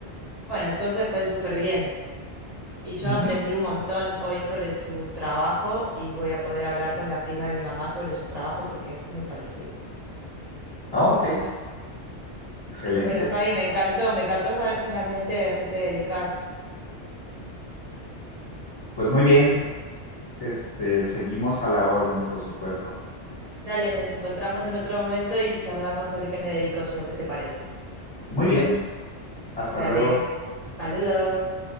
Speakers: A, on the right (about 45°); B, on the left (about 30°).
A: Bueno, entonces fue súper bien. Y yo
B: Ujú.
A: aprendí un montón hoy sobre tu trabajo y voy a poder hablar con la prima de mi mamá sobre su trabajo porque es muy parecido.
B: Ah,
A: Me
B: ok,
A: encanta.
B: excelente.
A: Bueno, Javi, me encantó, me encantó saber finalmente a qué te dedicas.
B: Pues muy bien, este, seguimos a la orden, por supuesto.
A: Dale, nos encontramos en otro momento y charlamos sobre qué me dedico yo, ¿qué te parece?
B: Muy bien, hasta
A: Dale,
B: luego.
A: saludos.